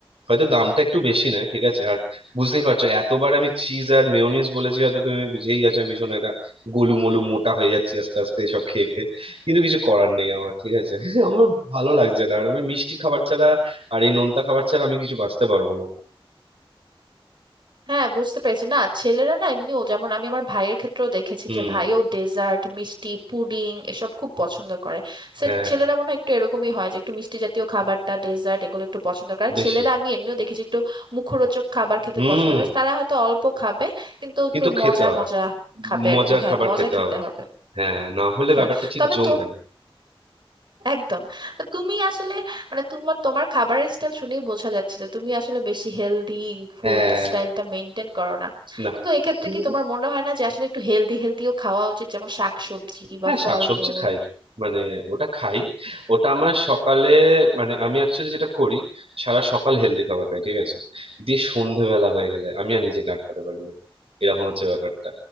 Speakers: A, on the right; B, on the right.
A: হয়তো দামটা একটু বেশি নেয় ঠিক আছে আর বুঝতেই পারছো এতবার আমি চিজ আর মেয়োনিজ বলেছি হয়তো তুমি বুঝেই গেছো আমি ভীষণ একটা গোলু মোলু মোটা হয়ে যাচ্ছি আস্তে আস্তে এসব খেয়ে খেয়ে কিন্তু কিছু করার নেই আমার ঠিক আছে <laughs> আমার ভালো লাগছে না আর আমি মিষ্টি খাবার ছাড়া আর এই নোনতা খাবার ছাড়া আমি কিছু বাঁচতে পারবো না
B: হ্যাঁ বুঝতে পেরেছি না ছেলেরা না এমনিও যেমন আমি আমার ভাইয়ের ক্ষেত্রেও দেখেছি
A: হুম
B: যে ভাইও ডেজার্ট মিষ্টি পুডিং এসব খুব পছন্দ করে সে-
A: হ্যাঁ হ্যাঁ,
B: ছেলেরা মনে হয় একটু এরকমই হয় যে একটু মিষ্টি জাতীয় খাবারটা ডেজার্ট এগুলো একটু পছন্দ করে
A: বেশি
B: ছেলেরা আমি এমনিও দেখেছি একটু মুখরোচক খাবার খেতে
A: হুম
B: পছন্দ করে তারা হয়তো অল্প খাবে কিন্তু একটু
A: কিন্তু খেতে
B: মজা
A: হবে
B: মজা খাবে
A: মজার
B: আর কি হ্যাঁ
A: খাবার
B: মজা
A: খেতে
B: খেতে
A: হবে
B: হবে
A: হ্যাঁ না হলে
B: হ্যাঁ
A: ব্যাপারটা ঠিক
B: তবে
A: জমবে না
B: একদম তো তুমি আসলে মানে তোমার তোমার খাবারের স্টাইল শুনেই বোঝা যাচ্ছে যে তুমি আসলে বেশি হেলদি ফুড
A: হ্যাঁ
B: স্টাইলটা মেনটেন করো না
A: না
B: কিন্তু এক্ষেত্রে
A: হুম,
B: কি তোমার মনে হয় না যে আসলে একটু হেলদি হেলদিও খাওয়া উচিত যেমন শাকসবজি
A: হ্যাঁ
B: বা ফলমূল
A: শাকসবজি খাই মানে ওটা খাই ওটা আমার সকালে মানে আমি অ্যাকচুয়ালি যেটা করি সারা সকাল হেলদি খাবার খাই ঠিক আছে দিয়ে সন্ধেবেলা হয়ে গেলে আমি আর নিজেকে আটকাতে পারি না এরকম হচ্ছে ব্যাপারটা